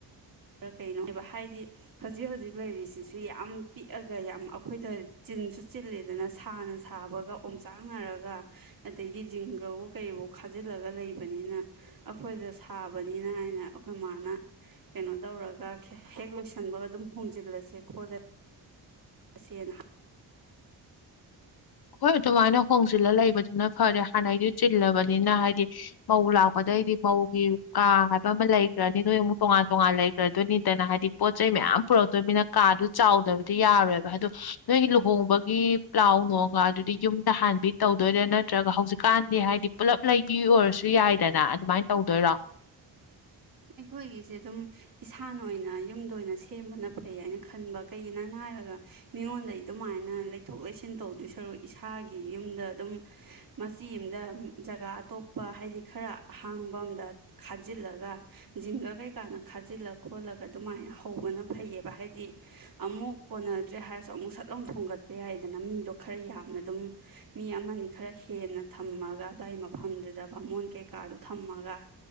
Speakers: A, on the right; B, on the left.
A: ꯈ ꯀꯩꯅꯣꯕ ꯍꯥꯏꯗꯤ ꯍꯧꯖꯤꯛ ꯍꯧꯖꯤꯛ ꯂꯩꯔꯤꯁꯤꯁꯨ ꯌꯥꯝ ꯄꯤꯛꯑꯒ ꯌꯥꯝ ꯑꯩꯈꯣꯏꯗ ꯆꯤꯟꯁꯨ ꯆꯤꯜꯂꯦꯗꯅ ꯁꯥꯅ ꯁꯥꯕꯒ ꯑꯣꯝꯆꯥꯡꯅꯔꯒ ꯑꯗꯒꯤ ꯖꯤꯡꯒꯕꯨ ꯀꯩꯕꯨ ꯈꯥꯖꯤꯜꯂꯒ ꯂꯩꯕꯅꯤꯅ ꯑꯩꯈꯣꯏꯗ ꯁꯥꯕꯅꯤꯅ ꯍꯥꯏꯅ ꯑꯩꯈꯣꯏ ꯃꯥꯅ ꯀꯩꯅꯣ ꯇꯧꯔꯒ ꯍꯦꯛ ꯂꯣꯏꯁꯟꯕꯒ ꯑꯗꯨꯝ ꯍꯣꯡꯖꯤꯜꯂꯁꯦ ꯈꯣꯠꯂ ꯇꯁꯦꯟꯅ
B: ꯍꯣꯏ ꯑꯗꯨꯃꯥꯏꯅ ꯍꯣꯡꯖꯤꯜꯂ ꯂꯩꯕꯗꯨꯅ ꯐꯔꯦ ꯍꯥꯟꯅꯩꯗꯨ ꯆꯤꯜꯂꯕꯅꯤꯅ ꯍꯥꯏꯗꯤ ꯃꯧ ꯂꯥꯛꯄꯗꯩꯗꯤ ꯃꯧꯒꯤ ꯀꯥ ꯍꯥꯏꯕ ꯑꯃ ꯂꯩꯈ꯭ꯔꯅꯤ ꯅꯣꯏ ꯑꯃꯨꯛ ꯇꯣꯉꯥꯟ ꯇꯣꯉꯥꯟ ꯂꯩꯈ꯭ꯔꯗꯣꯏꯅꯤꯗꯅ ꯍꯥꯏꯗꯤ ꯄꯣꯠ ꯆꯩ ꯃꯌꯥꯝ ꯄꯨꯔꯛꯇꯣꯏꯅꯤꯅ ꯀꯥꯗꯨ ꯆꯥꯎꯗꯕꯗꯤ ꯌꯥꯔꯣꯏꯕ ꯑꯗꯨꯗ ꯅꯣꯏꯒꯤ ꯂꯨꯍꯣꯡꯕꯒꯤ ꯄ꯭ꯂꯥꯎ ꯅꯨꯡ ꯑꯗꯨꯗꯤ ꯌꯨꯝꯗ ꯍꯥꯟꯕꯤ ꯇꯧꯗꯣꯏꯗꯥ ꯅꯠꯇ꯭ꯔꯒ ꯍꯧꯖꯤꯛꯀꯥꯟꯗꯤ ꯍꯥꯏꯗꯤ ꯄꯨꯜꯂꯞ ꯂꯩꯕꯤ ꯑꯣꯏꯔꯁꯨ ꯌꯥꯏꯗꯅ ꯑꯗꯨꯃꯥꯏꯅ ꯇꯧꯗꯣꯏꯔꯣ
A: ꯑꯩꯈꯣꯏꯒꯤꯁꯦ ꯑꯗꯨꯝ ꯏꯁꯥꯅ ꯑꯣꯏꯅ ꯌꯨꯝꯗ ꯑꯣꯏꯅ ꯁꯦꯝꯕꯅ ꯐꯩ ꯍꯥꯏꯅ ꯈꯟꯕ ꯀꯩꯒꯤꯅꯣ ꯍꯥꯏꯔꯒ ꯃꯤꯉꯣꯟꯗꯩ ꯑꯗꯨꯃꯥꯏꯅ ꯂꯩꯊꯣꯛ ꯂꯩꯁꯤꯟ ꯇꯧꯗꯣꯏ ꯁꯔꯨꯛ ꯏꯁꯥꯒꯤ ꯌꯨꯝꯗ ꯑꯗꯨꯝ ꯃꯆꯤ ꯑꯃꯝꯗ ꯖꯒꯥ ꯑꯇꯣꯞꯄ ꯍꯥꯏꯗꯤ ꯈꯔ ꯑꯍꯥꯡꯕ ꯑꯝꯗ ꯈꯥꯖꯤꯜꯂꯒ ꯖꯤꯡꯒ ꯀꯩꯀꯥꯅ ꯈꯥꯖꯤꯜꯂ ꯈꯣꯠꯂꯒ ꯑꯗꯨꯃꯥꯏꯅ ꯍꯧꯕꯅ ꯐꯩꯌꯦꯕ ꯍꯥꯏꯗꯤ ꯑꯃꯨꯛ ꯀꯣꯟꯅꯗ꯭ꯔꯦ ꯍꯥꯏꯔꯁꯨ ꯑꯃꯨꯛ ꯁꯠꯂꯥꯎ ꯊꯣꯡꯒꯠꯄ ꯌꯥꯏꯗꯅ ꯃꯤꯗꯣ ꯈꯔ ꯌꯥꯝꯅ ꯑꯗꯨꯝ ꯃꯤ ꯑꯃꯅꯤ ꯈꯔ ꯍꯦꯟꯅ ꯊꯝꯃꯒ ꯑꯗꯨꯋꯥꯏ ꯃꯐꯝꯗꯨꯗ ꯕꯥꯃꯣꯟ ꯀꯩꯀꯥꯗꯣ ꯊꯝꯃꯒ